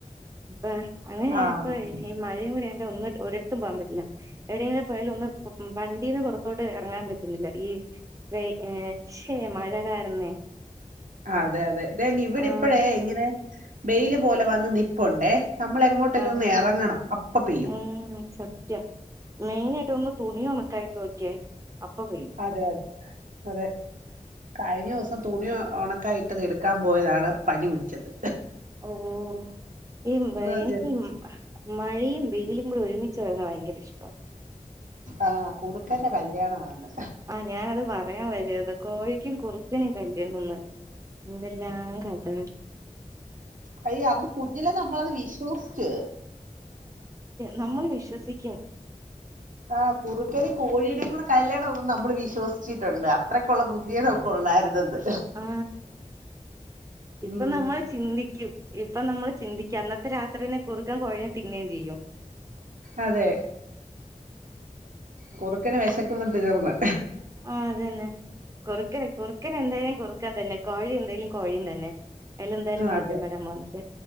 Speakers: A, on the right (about 25°); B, on the right (about 75°).
A: ഇപ്പ അങ്ങനെയായപ്പോ
B: ആഹ്
A: ഈ ഈ മഴേ കൂടി ആയോണ്ട് ഒന്ന് ഒരിടത്തും പോകാൻ പറ്റീല്ല എവിടെങ്കിലും പോയാലു ഒന്ന് വണ്ടീന്ന് പൊറത്തോട്ട് എറങ്ങാൻ പറ്റുന്നില്ല ഈ വേ ഏഹ് പക്ഷേ മഴ കാരണേ
B: അതെ അതെ ദേ ന് ഇവിടെ
A: ആഹ്
B: ഇപ്പഴേ ഇങ്ങനെ വെയില് പോലെ വന്ന് നിപ്പുണ്ടേ നമ്മള് എങ്ങോട്ടേലും
A: ആഹ്
B: ഒന്ന് എറങ്ങണ്ണം അപ്പം പെയ്യും
A: ഉം സത്യം മെയിനായിട്ട് ഒന്ന് തുണി ഒണക്കായിട്ട് നോക്കിയേ അപ്പ പെയ്യും
B: അതെ അതെ അതെ കഴിഞ്ഞ ദിവസം തുണി ഒണക്കായിട്ടത് എടുക്കാൻ പോയതാണ് പനി പിടിച്ചത്
A: ഓഹ് <unintelligible>
B: ഒന്ന് ജസ്റ്റ്
A: ഹ മഴയും വെയിലും കൂടി ഒരുമിച്ച് വരുന്നത് ഭയങ്കര ഇഷ്ടാ.
B: ആഹ് കുറുക്കന്റെ കല്യാണാവാന്ന്.
A: ആഹ് ഞാനത് പറയാൻ വരുവാരുന്നു കോഴിക്കും കുറുക്കനും കല്ല്യാണോന്നു. എന്തെല്ലാം കഥകൾ.
B: അയ്യോ അന്ന് കുഞ്ഞിലെ നമ്മളത് വിശ്വസിച്ചു.
A: നമ്മള് വിശ്വസിക്കും.
B: ആഹ് കുറുക്കനും കോയീടെ കൂടെ കല്യാണം ആന്നും നമ്മള് വിശ്വസിച്ചിട്ടുണ്ട് അത്രയ്ക്കുള്ള ബുദ് ദ്ധികളൊക്കെ ഒള്ളായിരുന്നന്ന്
A: ആ ഇപ്പൊ
B: ഉം.
A: നമ്മൾ ചിന്തിക്കും ഇപ്പൊ നമ്മള് ചിന്തിക്ക അന്നത്തെ രാത്രിതന്നെ കുറുക്കൻ കോഴിയെ തിന്വേം ചെയ്യും.
B: അതെ. കുറുക്കന് വിശക്കുമ്പം തീർന്ന്.
A: ആഹ് അതന്നെ കുറുക്കൻ കുറുക്കനെന്തായാലും കുറുക്കൻ തന്നെ കോഴി എന്തായലും കോഴിയും തന്നെ. അയിലെന്തായാലും മാറ്റം
B: അതെ
A: വരാൻ പോന്നില്ല.